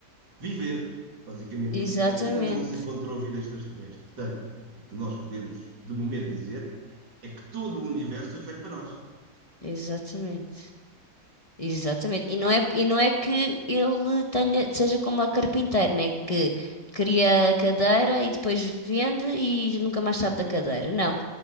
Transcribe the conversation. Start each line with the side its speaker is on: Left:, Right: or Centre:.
Right: viver, basicamente,
Left: Exatamente.
Right: porque até agora ainda não se encontrou vida extraterrestre. Portanto, o que nós podemos, de momento, dizer é que todo o universo foi feito para nós,
Left: Exatamente. Exatamente. E não é, e não é que ele tenha, seja como a carpinteira, né? Que cria a cadeira e depois vende e nunca mais sabe da cadeira. Não.